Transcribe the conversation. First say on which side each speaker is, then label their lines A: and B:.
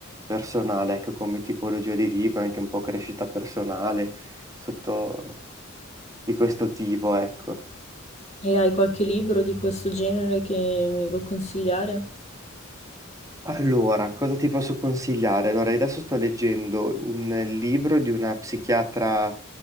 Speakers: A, on the right (about 15°); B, on the left (about 30°).
A: personale, ecco, come tipologia di libro, anche un po' crescita personale, sotto di questo tipo, ecco.
B: E hai qualche libro di questo genere che mi vuoi consigliare?
A: Allora, cosa ti posso consigliare? Allora, io adesso sto leggendo un libro di una psichiatra